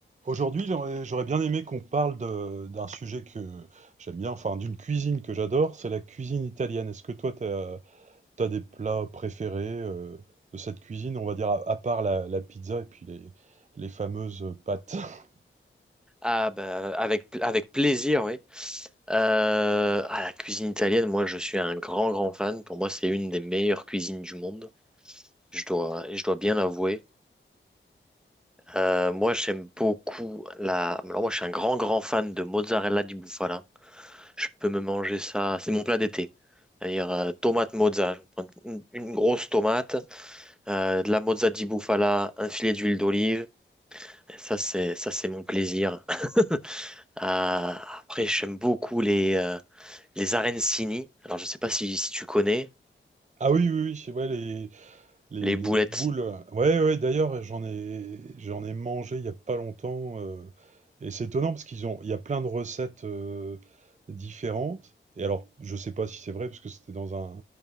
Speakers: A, on the right (about 35°); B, in the centre.
A: Aujourd'hui, j'aurais j'aurais bien aimé qu'on parle de- d'un sujet que j'aime bien, enfin d'une cuisine que j'adore, c'est la cuisine italienne. Est-ce que toi, tu as, des plats préférés euh, de cette cuisine, on va dire, à, à part la, la pizza et puis les, les fameuses pâtes? <laughs>
B: Ah bah avec avec plaisir, oui. Euh, ah, la cuisine italienne, moi je suis un grand grand fan. Pour moi, c'est une des meilleures cuisines du monde. Je dois je dois bien l'avouer. Euh, moi, j'aime beaucoup la. Alors moi, je suis un grand grand fan de mozzarella di bufala. Je peux me manger ça. C'est mon plat d'été. C'est-à-dire euh, tomate mozza, Je prends une, une grosse tomate, euh, de la mozza di bufala, un filet d'huile d'olive. Ça c'est ça c'est mon plaisir. <laughs> Ah, après, j'aime beaucoup les, euh, Les arancini, alors je sais pas si, si tu connais,
A: Ah oui, oui, oui, ouais, les, Les,
B: les
A: les
B: boulettes.
A: boules, euh, ouais, ouais, d'ailleurs, j'en ai, j'en ai mangé il n'y a pas longtemps. euh, et c'est étonnant parce qu'ils ont, il y a plein de recettes euh, différentes. Et alors, je sais pas si c'est vrai parce que c'était dans un,